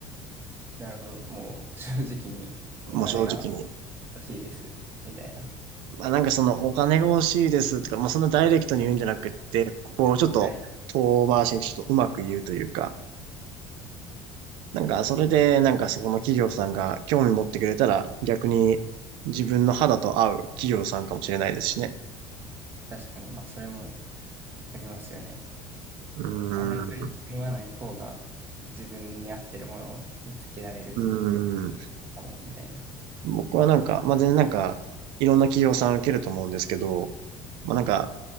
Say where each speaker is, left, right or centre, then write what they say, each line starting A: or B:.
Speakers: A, on the right; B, on the right.
A: なるほど。もう正直にお金が
B: もう正直に。
A: 欲しいです。みたいな。
B: まあなんかそのお金が欲しいですとか、まあそんなダイレクトに言うんじゃなくって、こうちょっと遠回しにちょっとうまく言うというか、
A: はい。
B: なんか、それで、なんかそこの企業さんが興味持ってくれたら、逆に自分の肌と合う企業さんかもしれないですしね。
A: 確かに、まあ、それもありますよね。
B: うーん、
A: あまり取り繕わない方が自分に合ってるものを見つけられる
B: うーん。
A: かも、みたいな。
B: 僕はなんか、まあ、全然なんか、いろんな企業さん受けると思うんですけど、まあ、なんか、